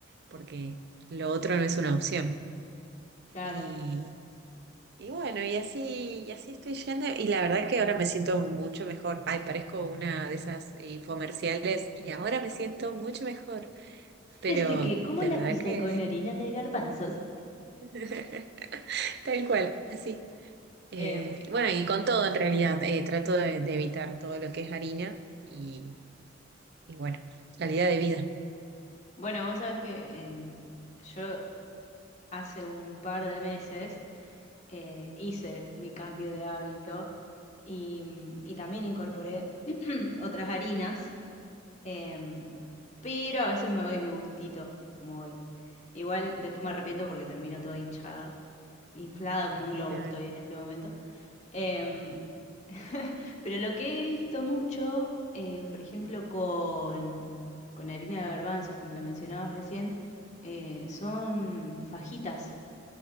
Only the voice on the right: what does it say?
porque lo otro no es una opción.
Y, y bueno, y así, y así estoy yendo, y la verdad que ahora me siento mucho mejor. Ay, parezco una de esas infomerciales, y ahora me siento mucho mejor, pero
de
verdad
que
<laughs> tal cual, así. Eh,
bueno, y con todo en realidad, eh, trato de, de evitar todo lo que es harina y, y bueno, calidad de vida.
Claro.